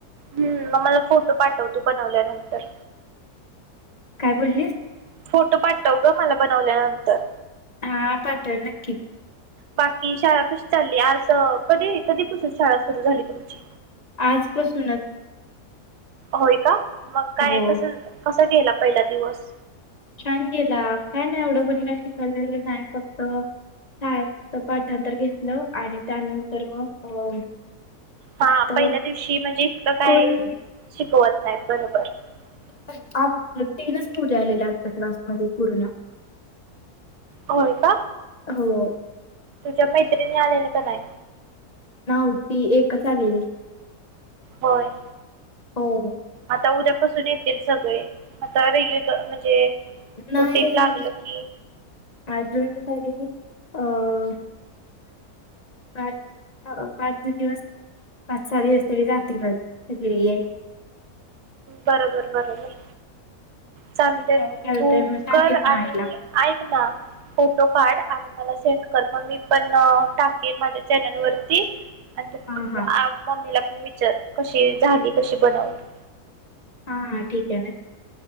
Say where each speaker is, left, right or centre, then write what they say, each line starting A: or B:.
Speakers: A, on the right; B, on the left.
A: हम्म मग मला फोटो पाठवतो बनवल्यानंतर.
B: काय
A: हम्म.
B: बोललीस.
A: फोटो पाठव ग मला बनवल्यानंतर.
B: हा पाठवेल नक्की.
A: बाकी शाळा कशी चालली आज कधी कधीपसून शाळा सुरू झाली तुमची.
B: आजपसूनच.
A: होय का मग काय
B: हो,
A: कस कस गेला पहिला दिवस.
B: छान गेला काय नाही एवढं कोुणीला शिकाले नाही फक्त यचं पाठांतर घेतलं आणि त्यानंतर मग अ फक्त
A: हा पहिल्या दिवशी म्हणजे इतकं काय
B: कोण
A: शिकवत नाहीत बरोबर. हम्म.
B: प्रत्येनच तीनच पोरी आलेला आमच्या क्लासमध्ये पूर्ण
A: होय का.
B: होय.
A: तुझ्या मैत्रिणी आलेलं का नाही.
B: हा होती एकच आलेली.
A: होय.
B: हो.
A: आता उद्यापासून येतील सगळे आता रेग्युलर म्हणजे
B: नाही
A: रुटीन लागलं
B: या
A: की
B: अजून तरी अ पाच -पाच दिवस पाच सहा दिवस तरी जातील सगळी यायला.
A: बरोबर बरोबर चालते
B: ठीक आहे
A: मग
B: चालतंय
A: तू
B: मग सांगेन
A: कर
B: मग
A: आणि
B: आईला
A: ऐक. ना. फोटो काढ आणि मला सेंड कर मग मी पण टाकेन माझ्या चॅनलवरती. आणि तू
B: हा हा
A: मम्मीला पण विचार कशी झाली कशी बनवली.
B: हां हां ठीक आहे नक्की.